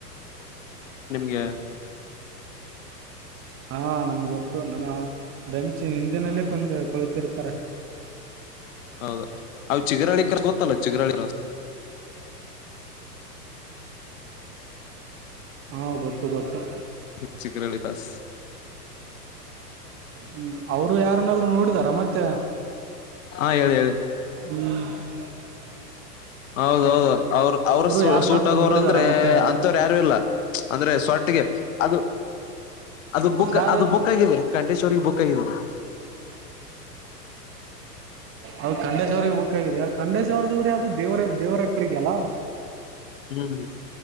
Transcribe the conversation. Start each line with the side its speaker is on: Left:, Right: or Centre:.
Left: ಗೆ.
Right: ಹಾ ನಮ್ಗೆ ಗೊತ್ತು ನಮ್ಮ ಬೆಂಚ್ ಹಿಂದಿನಲ್ಲೇ ಕುಂದು ಕುಳಿತಿರ್ತಾರೆ
Left: ಹೌದು ಅವ್ ಚಿಗರಾಳಿಕ ಗೊತ್ತಲ್ಲ ಚಿಗರಾ ರ.
Right: ಹಾ ಗೊತ್ತು ಗೊತ್ತು.
Left: ಹ ಚಿಕರಳಿ ಬಸ್.
Right: ಹ್ಮ್ ಅವರು ಯಾರನಾದ್ರು ನೋಡಿದಾರ ಮತ್ತೆ.
Left: ಹಾ ಹೇಳಿ ಹೇಳಿ
Right: ಮ್.
Left: ಹೌದೌದು ಅವ್ರ ಅವ್ರ
Right: ಯಾರನ್ನಾದ್ರು
Left: ಸೂಟ್ ಆಗೋರು
Right: ನೋಡಿದಾರ
Left: ಅಂದ್ರೆ
Right: ಮತ್ತೆ
Left: ಅಂತವರು ಯಾರು ಇಲ್ಲ ಅಂದ್ರೆ ಸ್ವಾಟ್ಗೆ. ಅದು ಅದು ಬುಕ್
Right: ಯಾರಿಲ್ಲ
Left: ಅದು ಬುಕ್ ಆಗ ಕಂಠೇಶ್ವರಿಗೆ ಬುಕ್ ಆಗಿದ್ದವು.
Right: ಅದು ಖಂಡೇಶ್ವರಗೆ ಬುಕ್ಕಾಗಿದೆ ಖಂಡೇಶ್ವರದವ್ರರು ಯಾವ್ದು ದೇವರ ದೇವರ ಇಪ್ಪರಿಗೆ ಅಲ್ಲಾ.
Left: ಹ್ಮ್.